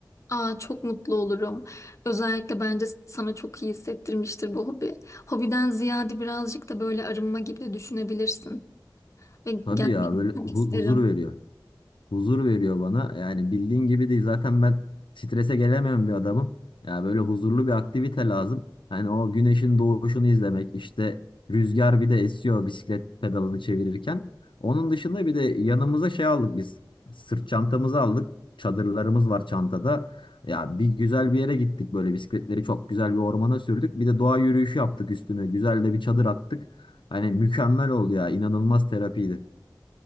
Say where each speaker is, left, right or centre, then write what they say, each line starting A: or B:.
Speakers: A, on the left; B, on the left.
A: Aa, çok mutlu olurum. Özellikle bence sana çok iyi hissettirmiştir bu hobi. Hobiden ziyade birazcık da böyle arınma gibi de düşünebilirsin. Ve gelmeyi
B: Tabii ya böyle
A: çok
B: hu-
A: isterim.
B: huzur veriyor. huzur veriyor bana. Yani bildiğin gibi değil. Zaten ben strese gelemeyen bir adamım. Ya böyle huzurlu bir aktivite lazım. Hani o güneşin doğuşunu izlemek, işte rüzgar bir de esiyor bisiklet pedalını çevirirken. Onun dışında bir de yanımıza şey aldık biz. Sırt çantamızı aldık. Çadırlarımız var çantada. Ya bir güzel bir yere gittik böyle bisikletleri çok güzel bir ormana sürdük. Bir de doğa yürüyüşü yaptık üstüne. Güzel de bir çadır attık. Hani mükemmel oldu ya. İnanılmaz terapiydi.